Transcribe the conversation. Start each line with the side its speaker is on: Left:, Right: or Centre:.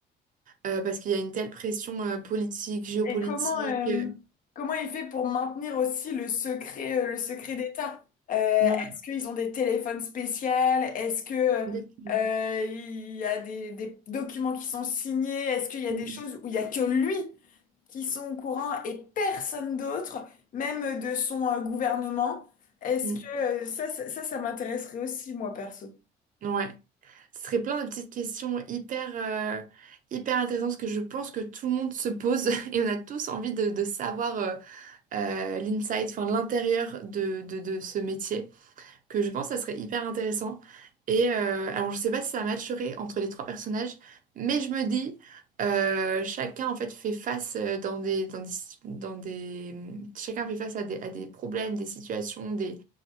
Right: euh, parce qu'il y a une telle pression euh, politique, géopolitique.
Left: Et comment, euh,
Right: euh,
Left: comment il fait pour maintenir aussi le secret, euh, le secret d'État? Euh, est-ce
Right: ouais,
Left: qu'ils ont des téléphones spéciaux? Est-ce que,
Right: exactement.
Left: euh, il y a des, des documents qui sont signés? Est-ce qu'il y a des
Right: Mm,
Left: choses où il y a que lui qui sont au courant et personne d'autre, même de son, euh, gouvernement? Est-ce
Right: mm,
Left: que, euh, ça, ça, ça ça m'intéresserait aussi, moi, perso.
Right: mm. Ouais. Ce serait plein de petites questions hyper, euh, hyper intéressantes que je pense que tout le monde se pose <laughs> et on a tous envie de, de savoir euh, euh, l'inside, enfin l'intérieur de, de de ce métier. que je pense que ça serait hyper intéressant. Et euh, alors, je sais pas si ça matcherait entre les trois personnages, mais je me dis, euh, chacun en fait fait face euh, dans des, dans des, dans des, chacun fait face à des, à des problèmes, des situations, des,